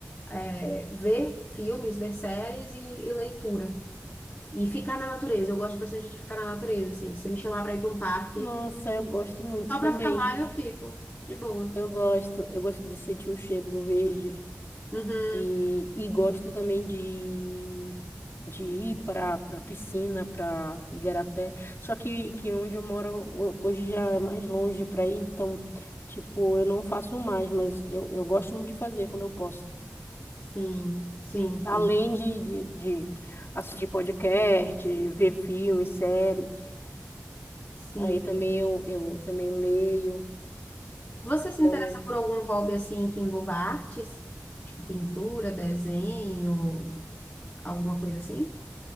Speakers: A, on the left (about 35°); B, on the left (about 50°).
A: é, ver filmes, ver séries e, e leitura. E ficar na natureza, eu gosto bastante de ficar na natureza, assim, se você me chamar para ir para um parque,
B: Nossa, eu gosto muito
A: só
B: também.
A: para ficar lá eu fico, de boa.
B: Eu gosto, eu gosto de sentir o cheiro do verde
A: Uhum,
B: e, e gosto também de, de ir para para piscina, para Igarapé. Só que, que onde eu moro ho- hoje já é mais longe para ir, então, tipo, eu não faço mais, mas eu, eu gosto muito de fazer quando eu posso.
A: sim, sim, sim,
B: Além de, de, de assistir podcast, ver filmes, séries.
A: sim.
B: Aí também eu, eu também leio.
A: Você se
B: Então,
A: interessa por algum hobby assim que envolva artes? Tipo pintura, desenho, alguma coisa assim?